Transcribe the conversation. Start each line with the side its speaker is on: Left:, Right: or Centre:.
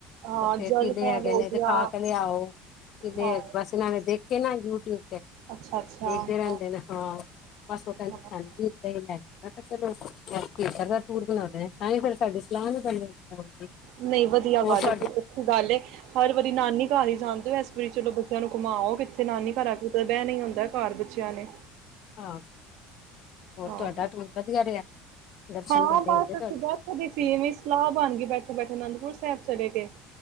Right: ਹਾਂ
Left: ਉੱਥੇ
Right: ਜਲ
Left: ਕਿਲੇ
Right: ਮਹਿਲ
Left: ਹੈਗੇ
Right: ਹੋ
Left: ਨੇ ਦਿਖਾ
Right: ਗਿਆ
Left: ਕੇ ਲਿਆਓ ਕਿਲੇ
Right: ਹਾਂ
Left: ਹੈਗੇ ਬਸ ਇਹਨਾਂ ਨੇ ਦੇਖ ਕਿ ਨਾ ਯੂਟਿਊਬ ਦੇਖਦੇ
Right: ਅੱਛਾ-ਅੱਛਾ
Left: ਰਹਿੰਦੇ
Right: ਹਾਂ।
Left: ਨੇ ਹਾਂ। ਬਸੋ ਕਦੇ
Right: ਹਾਂ।
Left: ਸਾਨੂੰ ਹੀ ਲਗ ਮ ਚਲੋ ਫਿਰ <inaudible> ਤਾਂ ਹੀ ਫਿਰ ਸਾਡੀ ਸਲਾਹ ਵੀ ਬਣੀ ਹੋਰ
Right: ਨਹੀਂ ਵਧੀਆ ਗੱਲ
Left: ਫਿਰ
Right: ਬਹੁਤ
Left: ਤੁ- <inaudible>
Right: ਅੱਛੀ ਗੱਲ ਏ ਹਰ ਵਾਰੀ ਨਾਨੀ ਘਰ ਜਾਂਦੇ ਹੋ ਇਸ ਵਾਰੀ ਚਲੋ ਬੱਚਿਆਂ ਨੂੰ ਘੁਮਾਓ ਕਿੱਥੇ ਨਾਨੀ ਘਰ ਚ ਬਹਿ ਨੀ ਹੁੰਦਾ ਘਰ ਬੱਚਿਆਂ ਨੇ।
Left: ਹਾਂ, ਹੋਰ
Right: ਹਾਂ।
Left: ਤੁਹਾਡਾ ਟੂਰ ਵਧੀਆ ਰਿਹਾ। ਦਰਸ਼ਨ
Right: ਹਾਂ
Left: ਮੇਲੇ
Right: ਬਸ
Left: ਹੋ ਗਏ ਤੁਹਾਡੇ।
Right: ਅਸੀਂ ਬੈਠ ਦੀ ਸੀ ਵੀ ਸਲਾਹ ਬਣ ਗਈ ਬੈਠੇ- ਬੈਠੇ ਅਨੰਦਪੁਰ ਸ ਸਾਹਿਬ ਚਲੇ ਗਏ।